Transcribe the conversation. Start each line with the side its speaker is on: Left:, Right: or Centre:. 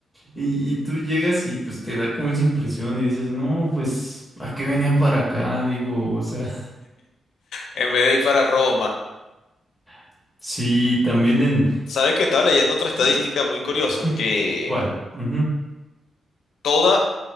Centre: Y, y tú llegas y pues te da como esa impresión y dices, no, pues, ¿a qué venía para acá? Digo, o sea,
Left: en vez de ir para Roma.
Centre: <laughs> sí, también en...
Left: Sabes que estaba leyendo otra
Centre: Ajá.
Left: estadística muy curiosa,
Centre: Ujú.
Left: que
Centre: ¿Cuál? Ujú.
Left: toda